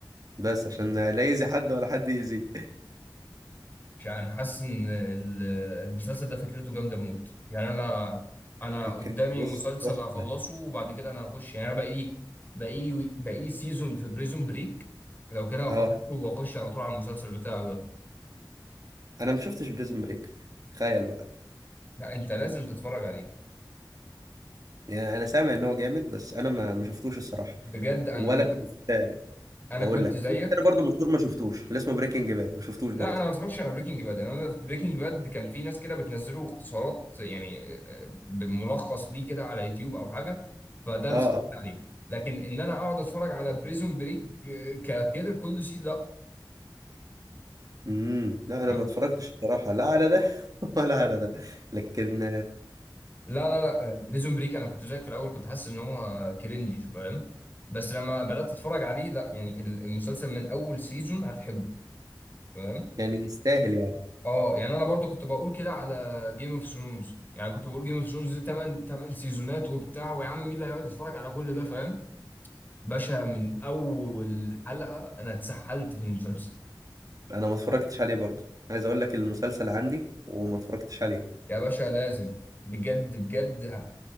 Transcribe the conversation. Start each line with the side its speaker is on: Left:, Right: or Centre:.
Right: بس عشان لا يأذي حد ولا حد يأذيه
Left: مش عارف، انا حاسس ان ال- المسلسل ده فكرته جامده موت يعني انا انا
Right: فكرة
Left: قدامي
Right: بص
Left: مسلسل
Right: تحفة
Left: هخلصه وبعد كده انا هخش يعني انا بقى لي بقى لي بقى لي سيزون في بريزون بريك لو كده هخلصه
Right: اه
Left: واخش على طول على المسلسل بتاعه ده
Right: انا ما شفتش بريزن بريك تخيل بقى
Left: لا انت لازم تتفرج عليه
Right: يعني انا سامع ان هو جامد بس انا ما ما شفتوش الصراحة
Left: بجد انا
Right: ولا
Left: انا كنت
Right: شفت
Left: انا
Right: اقول
Left: كنت
Right: لك
Left: زيك
Right: وفي كتير برضه مشهور ما شفتوش اللي اسمه بريكنج باد ما شفتوش
Left: لا
Right: برضه
Left: انا ما اتفرجتش على بريكنج باد انا بريكنج باد كان في ناس كده بتنزله اختصارات يعني آه، بملخص ليه كده على يوتيوب او حاجه فده اللي
Right: اه
Left: اتفرجت
Right: اه
Left: عليه لكن ان انا اقعد اتفرج على بريزون بريك كده كل سي لا
Right: امم لا
Left: فاهم؟
Right: انا ما اتفرجتش الصراحة لا على ده <laughs> ولا على ده لكن
Left: لا لا لا بريزون بريك انا كنت زيك في الاول كنت حاسس ان هو كرنجي فاهم بس لما بدات اتفرج عليه لا يعني المسلسل من اول سيزون هتحبه فاهم
Right: يعني يستاهل يعني
Left: اه يعني انا برضو كنت بقول كده على جيم اوف ثرونز يعني كنت بقول جيم اوف ثرونز دي 8 8 سيزونات وبتاع ويا عم مين اللي هيقعد يتفرج على كل ده فاهم باشا من اول حلقة انا اتسحلت في المسلسل
Right: انا ما اتفرجتش عليه برضه عايز اقول لك المسلسل عندي وما اتفرجتش عليه
Left: يا باشا لازم بجد بجد ه-